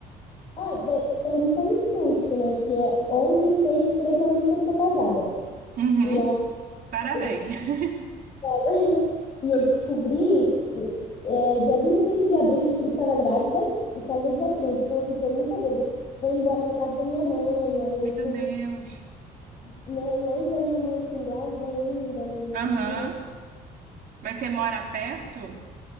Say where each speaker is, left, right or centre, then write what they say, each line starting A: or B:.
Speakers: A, on the left; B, on the right.
A: Ah, bem, pra mim foi um susto, né? Porque ontem fez três anos que eu sou casada.
B: Uhum,
A: E aí
B: parabéns.
A: eu
B: <laughs>
A: <laughs> E eu descobri, é, dia 25 de abril, eu descobri que tava grávida e casei dia trinta Então, assim, foi muita coisa. Foi embora da casa da minha mãe, aí eu
B: Meu
A: fui,
B: Deus.
A: né, longe da minha mãe, assim, grávida ainda, né?
B: Aham.
A: Uma criança.
B: Mas você mora perto